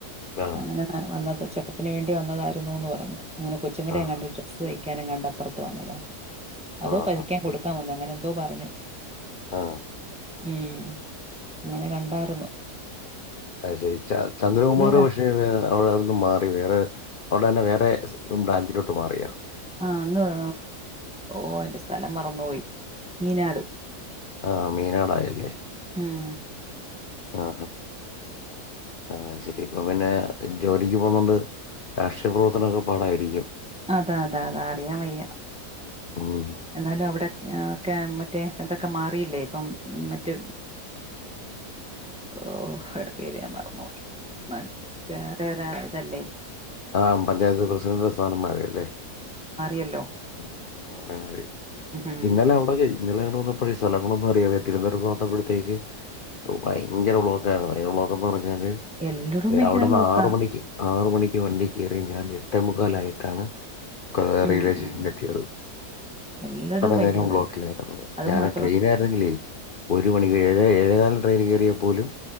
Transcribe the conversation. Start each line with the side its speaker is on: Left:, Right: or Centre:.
Left: ആ
Centre: അങ്ങനെ <unintelligible> ന് വേണ്ടി വന്നതാരുന്നു ന്ന് പറഞ്ഞ് അങ്ങനെ കൊച്ചുങ്ങടെങ്ങാണ്ട്
Left: ആ
Centre: ഡ്രസ് തൈ ക്കാനങ്ങാണ്ട് അപ്പൊറത്ത് വന്നതാ അതൊ
Left: ആ
Centre: പതിക്കാൻ
Left: ആ
Centre: കൊട്ക്കാൻ വന്നതോ അങ്ങനെന്തോ പറഞ്ഞു
Left: ആ
Centre: ഉം അങ്ങനെ കണ്ടാർന്നു.
Left: അയ്ശരി ച ചന്ദ്രകുമാർ
Centre: ക
Left: പക്ഷെ അവട്ന്ന് മാറി വേറെ അവിടെന്നെ വേറെ ബ്രാഞ്ചിലോട്ട് മാറിയോ?
Centre: ആ ന്തുവാ ഓൻ്റെ സ്ഥലം മറന്ന് പോയി മീനാട്.
Left: ആ മീനടായല്ലേ?
Centre: ഉം
Left: ആ ആ ശരിപ്പൊ പിന്നെ ജോലിക്കു പോണോണ്ട് രാഷ്‌ടീയ പ്രവർത്തനൊക്കെ പാടായിരിക്കും.
Centre: അതാ അതാ അതാ അറിയാൻ വയ്യ
Left: ഉം.
Centre: എന്നാലും അവിടെ എ കെ മറ്റെതൊക്കെ മാറിലെ ഇപ്പം മറ്റ് ഓപേര് ഞാൻ മറന്ന് പോയി പറ്റേറെ റയ തല്ലേ
Left: അതാവും പഞ്ചായത്ത് പ്രസിഡൻ്റ് സ്ഥാനം മാറിയല്ലേ?
Centre: യല്ലോ
Left: ഉം
Centre: ഉം
Left: ഇന്നലെ അവിടൊക്കെ ഇന്നലെ ഞങ്ങള് വന്നപ്പഴെ സ്ഥലങ്ങളൊന്നു അറിയാതെ തിരുവനന്തപുരത്ത് വന്നപ്പഴത്തേക്ക് ഭയങ്കര ബ്ലോക്കായി ബ്ലോക്കെന്ന് പറഞ്ഞ ങ്ങ്
Centre: എല്ലടും ഭയങ്കര
Left: അവിടന്ന്
Centre: ബ്ലോക്കാ
Left: ആറ് മണിക്ക് ആറ് മണിക്ക് വണ്ടീ കേറിയ ഞാന് എട്ടേമുക്കിലായിട്ടാണ് <unintelligible>
Centre: ഉം ഉം
Left: എത്തിയത്
Centre: എല്ലടവും
Left: അത്രനേരം
Centre: ഭയങ്കര തിരക്ക്
Left: ബ്ലോക്കിലായിരുന്നു
Centre: അത്
Left: ഞാന്
Centre: മാത്ര
Left: ട്രെയിനിലാരുന്നെങ്കിലെ ഒരു മണിക്കൂർ ഏഴ് ഏഴേ കാലിന് ട്രൈനിൽ കേറിയാ പോലും